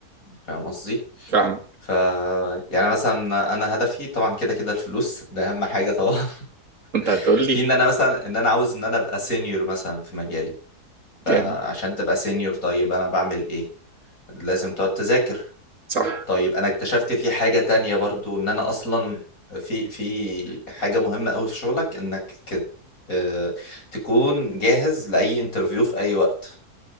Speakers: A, on the left; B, on the right.
A: فاهم قصدي
B: فاهمك
A: ف يعني مثلا انا هدفي طبعا كده كده الفلوس ده اهم حاجه طبعا
B: انت
A: <laughs>
B: هتقول لي
A: في ان انا مثلا ان انا عاوز ان انا ابقى سينيور مثلا في مجالي فعشان
B: جامد
A: تبقى سينيور طيب انا بعمل ايه لازم تقعد تذاكر
B: صح
A: طيب انا اكتشفت في حاجه تانية برضو ان انا اصلا في في حاجه مهمه قوي في شغلك انك كده آه، تكون جاهز لاي انترفيو في اي وقت